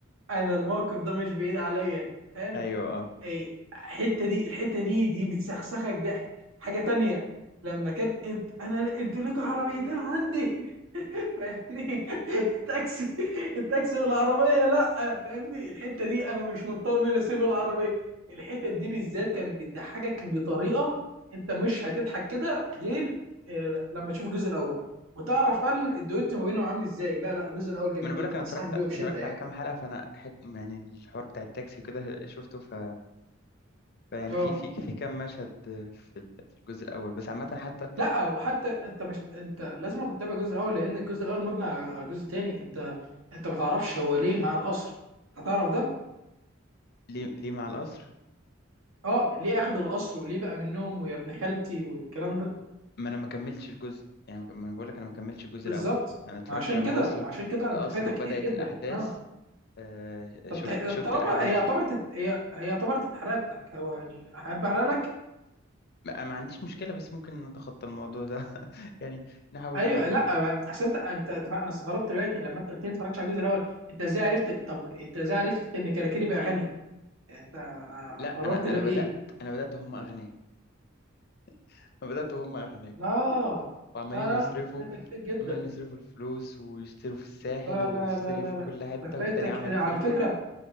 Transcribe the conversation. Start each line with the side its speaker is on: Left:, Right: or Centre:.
Right: انا الموقف ده مش بعيد عليا فاهم
Left: ايوه اه
Right: اي الحته دي الحته دي دي بتسخسخك ضحك حاجه تانية لما كان انت انا انتوا لكم عربيتين عندي <laughs> فاهمني التاكسي التاكسي والعربيه لا فاهمني الحته دي انا مش مطمن اسيب العربيه الحته دي بالذات كانت بتضحكك بطريقه انت مش هتضحك كده غير آه، لما تشوف الجزء الاول وتعرف فعلا الدويت ما بينهم عامل ازاي لا لا الجزء الاول جميل
Left: ما انا بقول
Right: جدا
Left: لك انا
Right: انصحك
Left: اتفرجت
Right: بيه بشده
Left: اتفرجت
Right: يعني
Left: على كام حلقه فانا حت يعني الحوار بتاع التاكسي وكده شفته ف... فيعني
Right: اه
Left: في في في كام مشهد في ال- في الجزء الاول بس عامه حتى
Right: لا وحتى انت مش انت لازم كنت تتابع الجزء الاول لان الجزء الاول مبني على الجزء الثاني انت انت ما تعرفش هو ليه مع القصر انت تعرف ده
Left: ليه ليه مع القصر
Right: اه ليه اخذ القصر وليه بقى منهم ويا ابن خالتي والكلام ده
Left: ما انا ما كملتش الجزء يعني ما انا بقول لك انا ما كملتش الجزء
Right: بالظبط
Left: الاول انا اتفرجت
Right: ما عشان
Left: لما
Right: كده
Left: وصلوا
Right: ما عشان كده
Left: القصر
Right: انت فايتك
Left: وبدات
Right: كتير جدا
Left: الاحداث
Right: اه
Left: آه،
Right: طب
Left: شفت
Right: ت-
Left: شفت
Right: طالما
Left: الاحداث
Right: هي
Left: دي
Right: اعتبرت هي هي اعتبرت اتحرقت لك هو يعني احب احرق لك
Left: ما ما عنديش مشكله بس ممكن نتخطى الموضوع ده <laughs> يعني نحاول
Right: ايوه لا عشان انت انت أنت- انا استغربت دلوقتي لما انت قلت لي ما اتفرجتش على الجزء الاول انت ازاي عرفت طب انت ازاي عرفت ان كاراكيري بقى غني انت
Left: لا
Right: مررت
Left: انا انا
Right: ده بايه
Left: بدات انا بدات هم اغنياء <laughs> انا بدات هم اغنياء
Right: آه.
Left: وعمالين
Right: لا لا
Left: يصرفوا
Right: لا انت فايتك كتير جدا
Left: عمال يصرفوا الفلوس ويشتروا في الساحل
Right: لا
Left: وتشتري
Right: لا لا لا
Left: في
Right: لا
Left: كل حتة
Right: انت فايتك
Left: والتاني عمل
Right: على
Left: فندق
Right: فكره